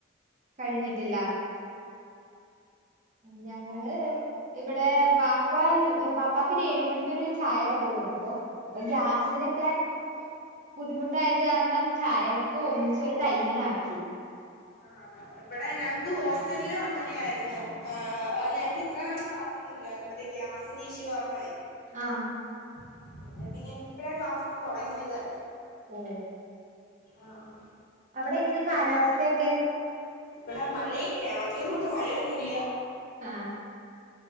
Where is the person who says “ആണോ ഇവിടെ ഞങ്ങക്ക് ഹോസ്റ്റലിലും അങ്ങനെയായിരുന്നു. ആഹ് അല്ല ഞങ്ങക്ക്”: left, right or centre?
Left